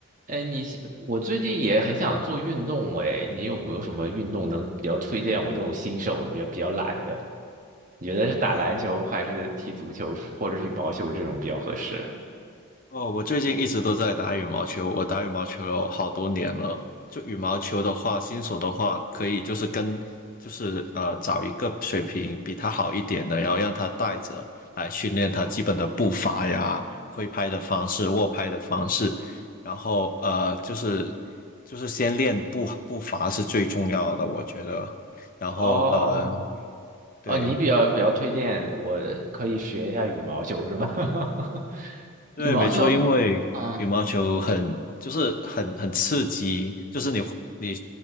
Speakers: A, on the right (about 35°); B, on the left (about 40°).
A: 哎，你是我最近也很想做运动哎，你有没有什么运动能比较推荐我这种新手比较比较懒的？你觉得是打篮球还是踢足球或者是羽毛球这种比较合适？
B: 哦哦，我最近一直都在打羽毛球，我打羽毛球有好多年了。就羽毛球的话，新手的话，可以就是跟就是呃找一个水平比他好一点的，然后让他带着来训练他基本的步伐呀、挥拍的方式、握拍的方式，然后呃就是就是先练步步伐是最重要的，我觉得。然后呃
A: 哦
B: 对。
A: 哦，你比较比较推荐我可以学一下羽毛球是吧？<laughs>
B: 对，
A: 羽毛球，
B: 没错，因为羽毛球很就是很很刺激，
A: 嗯
B: 就是你你